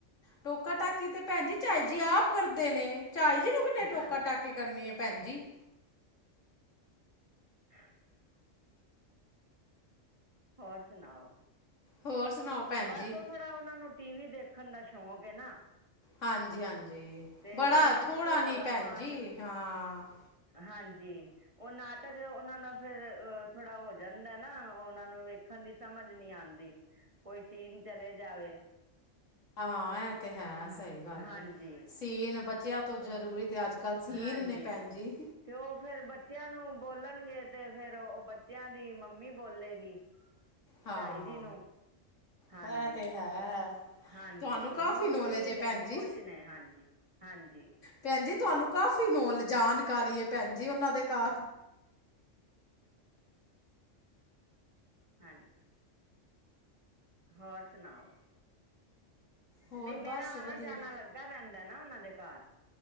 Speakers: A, on the left; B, on the right.
A: ਟੋਕਾ ਟਾਕੀ ਤੇ ਭੈਣ ਜੀ ਝਾਈ ਜੀ ਆਪ ਕਰਦੇ ਨੇ ਚਏ ਜੀ ਨੂੰ ਕਿੰਨੇ ਟੋਕਾ
B: ਹਾਂ
A: ਟਾਕੀ ਕਰਨੀ ਆ। ਭੈਂ ਜੀ
B: <unintelligible> ਹੋਰ ਸੁਣਾਓ?
A: ਹੋਰ ਸੁਣਾਓ? ਭੈਣ
B: ਬਸ
A: ਜੀ
B: ਓ ਥੋੜਾ ਓਨਾ ਨੂੰ ਟੀ ਵੀ ਦੇਖਣ ਦਾ ਸ਼ੌਕ ਹੈ ਨਾ।
A: ਹਾਂਜੀ -ਹਾਂਜੀ
B: ਤੇ
A: ਬੜਾ
B: ਉਹ ਬੱਚੇ
A: ਥੋੜਾ
B: ਰੌਲਾ
A: ਨੀ ਭੈਣ
B: ਪਾਉਣ
A: ਜੀ ਹਾਂ।
B: ਹਾਂਜੀ। ਓ ਨਾਟਕ ਓਨਾਂ ਦਾ ਫਿਰ ਥੋੜਾ ਹੋ ਜਾਂਦਾ ਏ ਨਾ ਓਨਾਂ ਨੂੰ ਵੇਖਣ ਦੀ ਸਮਝ ਨਹੀਂ ਆਦੀ। ਕੋਈ ਸੀਨ ਚਲੇ ਜਾਵੇ
A: ਆਂ ਏ ਤੇ ਹੈ
B: ਅਹ,
A: ਸਹੀ ਗੱਲ
B: ਹਾਂਜੀ
A: ਏ, ਸੀਨ ਬੱਚਿਆਂ ਤੋਂ ਜ਼ਰੂਰੀ ਤੇ ਅੱਜ ਕੱਲ੍ਹ ਸੀਨ
B: ਹਾਂਜੀ।
A: ਨੇ ਭੈਣ ਜੀ।
B: ਤੇ ਓ ਫੇਰ ਬੱਚਿਆਂ ਨੂੰ ਬੋਲਣਗੇ ਤੇ ਫੇਰ ਓ ਬੱਚਿਆਂ ਦੀ ਮੰਮੀ ਬੋਲੇਗੀ। <inaudible>
A: ਹਾਂ,
B: ਝਾਈ ਜੀ ਨੂੰ ਹਾਂਜੀ
A: <unintelligible> ਤੇ ਹੈ।
B: ਹਾਂਜੀ,
A: ਤੁਹਾਨੂੰ ਕਾਫ਼ੀ
B: ਹੁਨ
A: ਨੌਲੇਜ
B: ਫਾਰੀ
A: ਏ
B: ਨੇ
A: ਭੈਣ ਜੀ।
B: ਖ਼ੁਸ਼ ਨੇ ਹਾਂਜੀ, ਹਾਂਜੀ।
A: ਭੈਂ ਜੀ ਤੁਆਨੂੰ ਕਾਫ਼ੀ ਨੌਲ ਜਾਣਕਾਰੀ ਏ ਭੈਣ ਜੀ ਓਨਾਂ ਦੇ ਘ
B: ਹਾਂਜੀ। ਹੋਰ ਸੁਣਾਓ?
A: ਹੋਰ
B: ਨੀ ਮੇਰਾ
A: ਬਸ ਵਧੀਆ।
B: ਨਾ ਜਾਣਾ ਲੱ ਦਾ ਰੈਂਦਾ ਨਾ ਓਨਾਂ ਦੇ ਘਰ।